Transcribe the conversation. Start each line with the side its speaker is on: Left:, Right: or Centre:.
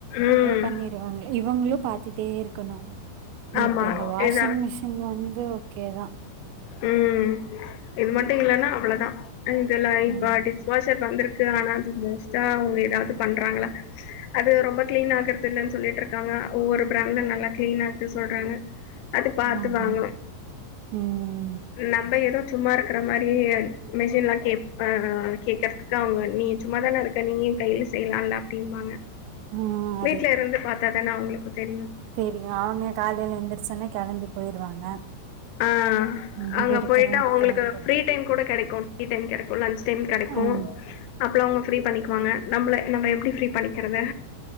Left: ம்.
Right: ஏதே பண்ணி இவங்களே இவங்களும் பாத்துட்டே இருக்கணும்
Left: ஆமா.
Right: இப்ப இந்த வாஷிங்
Left: ஏதா
Right: மிஷின் இங்க வந்து ஓகே தான்
Left: ம் இது மட்டும் இல்லன்னா அவ்ளோ தான் இதல்லாம் இந்த லைப்
Right: ம்.
Left: ஆர்டிஸ் வாஷர் வந்திருக்கு ஆனா அது மோஸ்ட்டா அவங்க ஏதாவது பண்றாங்களா அது ரொம்ப கிளீன் ஆகுறது இல்லன்னு சொல்லிட்டு இருக்காங்க ஒவ்வொரு பிராண்ட்ல நல்லா கிளீன் ஆகுது சொல்றாங்க அது பாத்து
Right: ஆதே
Left: வாங்கணு
Right: ம் ம்
Left: நம்ம ஏதோ சும்மா இருக்கற மாரி மிஷின்லாம் கேப் கேக்கறதுக் க்கா அவங்க நீ சும்மாதானே இருக்க நீய்யு கையில செய்லால்ல அப்டின்பாங்க
Right: ம்.
Left: வீட்டு்ல இருந்து பாத்தாதானே அவுங்களுக்கு தெரியு
Right: தெரியு அவங்க காலையில எந்திரச்சுன்ன கெளம்பி போயிருவாங்க
Left: ஆ
Right: இங்க
Left: அங்க
Right: இருக்கிறவங்களுக்கு
Left: போய்ட்டு அவங்களுக்கு
Right: தான் தெரி
Left: ஃப்ரீ டைம் கூட கெடைக்கு டீ டைம் கெடைக்கு லஞ்ன்ச் டைம் கெடைக்கு
Right: ம்.
Left: அப்பலா அவங்க ஃப்ரீ பண்ணிக்குவாங்க நம்மள நம்ம எப்படி ஃப்ரீ பண்ணிக்கிறது